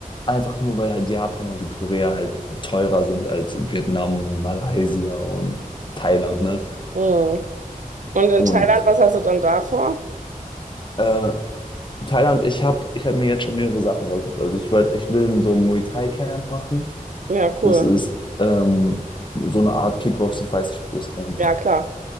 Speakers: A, on the left; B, on the right.
A: einfach nur weil halt Japan und Südkorea halt teurer sind als Vietnam, Malaysia und Thailand, ne?
B: Mhm. Und in
A: Und
B: Thailand, was hast du dann da vor?
A: äh, Thailand, ich habe ich hab mir jetzt schon mehrere Sachen raus. Also ich, werd, ich will so ein Muay Thai Camp machen.
B: Ja, cool.
A: Das ist ähm, so eine Art Kickboxing, ich weiß nicht, ob du das kennst.
B: Ja, klar.